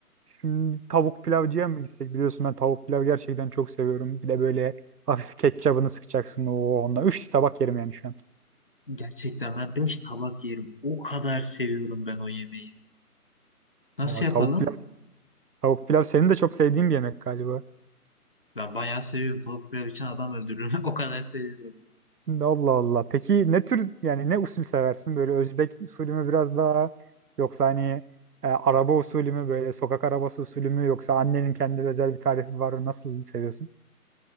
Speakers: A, on the right (about 80°); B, on the left (about 35°).
A: Şimdi tavuk pilavcıya mı gitsek? Biliyorsun ben tavuk pilav gerçekten çok seviyorum. Bir de böyle hafif ketçabını sıkacaksın. Oo, onunla üç tabak yerim yani şu an.
B: Gerçekten ben 5 tabak yerim. O kadar seviyorum ben o yemeği. Nasıl
A: Aa,
B: yapalım?
A: tavuk pilav, tavuk pilav senin de çok sevdiğin bir yemek galiba.
B: Ben bayağı seviyorum. Tavuk pilav için adam öldürürüm. <laughs> O kadar seviyorum.
A: Allah Allah. Peki ne tür yani ne usul seversin? Böyle Özbek usulü mü biraz daha yoksa hani e, araba usulü mü böyle sokak arabası usulü mü yoksa annenin kendi özel bir tarifi var mı? Nasıl seviyorsun?